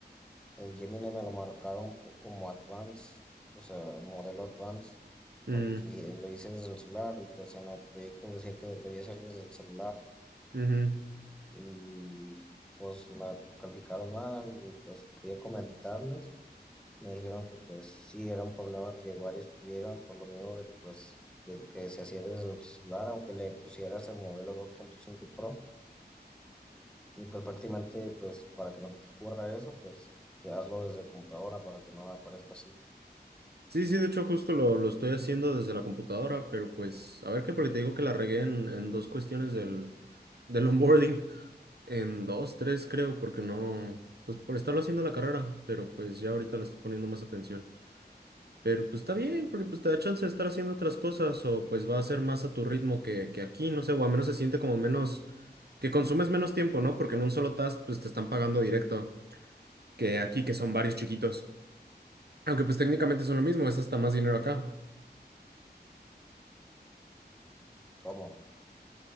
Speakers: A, in the centre; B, on the right.
A: el Gemini me lo marcaron po- como Advanced, o sea, modelo Advanced,
B: Mm,
A: porque lo hice desde el celular y pues en el proyecto decía que debía ser desde el celular
B: ujú.
A: y pues me calificaron mal y pues fui a comentarles. Me dijeron que pues sí era un problema que varios tuvieron por lo mismo de pues de que se hacía desde el celular, aunque le pusieras el modelo dos punto cinco Pro. Y pues prácticamente, pues para que no te ocurra eso, pues te hazlo desde computadora para que no aparezca así.
B: Sí, sí, de hecho justo lo, lo estoy haciendo desde la computadora, pero pues, a ver qué, porque te digo que la regué en, en dos cuestiones del, del onboarding, en dos, tres creo, porque no, pues por estarlo haciendo la carrera, pero pues ya ahorita le estoy poniendo más atención. Pero pues está bien, porque pues te da chance de estar haciendo otras cosas o pues va a ser más a tu ritmo que, que aquí, no sé, o al menos se siente como menos, que consumes menos tiempo, ¿no? Porque en un solo task pues te están pagando directo que aquí, que son varios chiquitos. Aunque pues técnicamente son lo mismo, es hasta más dinero acá.
A: como